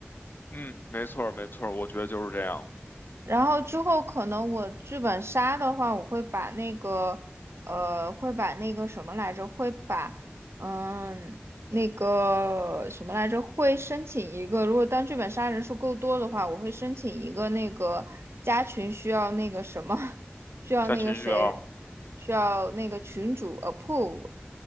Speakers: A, on the left; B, on the right.
A: 嗯，没错儿，没错儿，我觉得就是这样。
B: 然后之后可能我剧本杀的话，我会把那个，呃，会把那个什么来着，会把，嗯，那个什么来着，会申请一个，如果当剧本杀人数够多的话，我会申请一个那个加群需要那个什么，<laughs> 需要那个谁，
A: 加情绪啊，
B: 需要那个群主呃 approve，